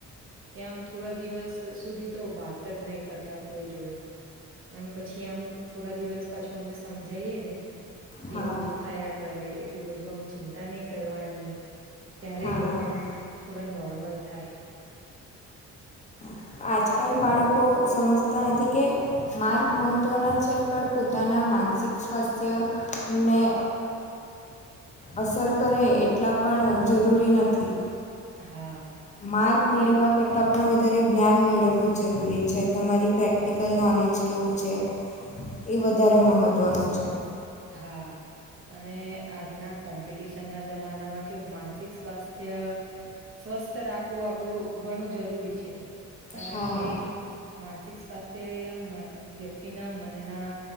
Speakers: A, on the right (about 45°); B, on the left (about 25°).
A: કે આમ થોડા દિવસ સુધી, તો વાત જ નહી. કરતા કોઈ જોડે, અને પછી આમ થોડા દિવસ પાછું, અમે સમજાયએ ને.
B: હા
A: એવું, તો થયા કરે એટલું બધું આમ ચિંતા, નહી કરવાની. ત્યારે,
B: હા
A: એ લોકો આમ થોડા, નોર્મલ થાય.
B: આજ,
A: હા
B: કલ બાળકો સમજ નથી, કે માર્ગ મહત્ત્વના છે, પણ પોતાના માનસિક સ્વાસ્થ્ય. ને અસર કરે, એટલા પણ જરૂરી, નથી.
A: હા
B: માર્ક
A: અને
B: મેળવવા
A: કેવું
B: કરતાં, પણ વધારે. જ્ઞાન મેળવવું જરૂરી છે, તમારી પ્રેક્ટિકલ નોલેજ કેવું છે. એ વધારે મહત્વનું છે.
A: હા. અને આજના કોમ્પિટિશન ના જમાનામાં કેવું માનસિક સ્વાસ્થ્ય સ્વસ્થ રાખવું આપડું ઘણું જરૂરી છે, કારણ
B: હા
A: કે માનસિક સાથે વ્યક્તિના મનના